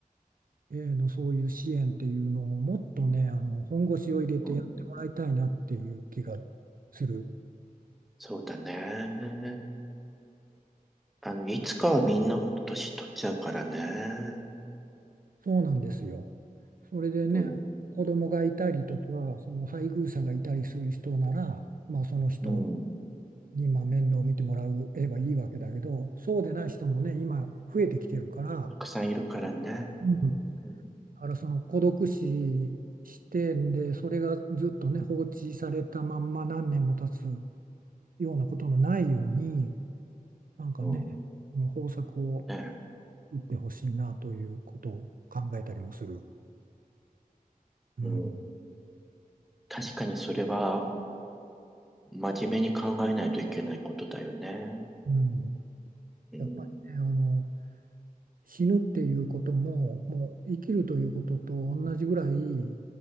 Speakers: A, on the right; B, in the centre.
A: へのそういう支援っていうのをもっとねあの本腰を入れてやってもらいたいなっていう気が
B: うん、
A: する
B: そうだね。あの、いつかはみんな年取っちゃうからね。
A: そうなんですよ。それでね子供がいたりとかその配偶者がいたりする人ならまあその人
B: うん、うん。
A: に、まあ、面倒を見てもらえばいいわけだけど、そうでない人もね、今増えてきてるから、
B: たくさんいるからね。
A: うん、だ
B: うん
A: からその孤独死視点で、それがずっとね、放置されたまんま何年も経つようなことのないように、なんかね、
B: うん。
A: もう方策を
B: ね。
A: 打ってほしいなということを考えたりもする。うん。
B: うん。確かにそれは、真面目に考えないといけないことだよね。
A: うん。
B: うん。
A: やっぱりね、あの、死ぬっていうことも、もう生きるということと同じぐらい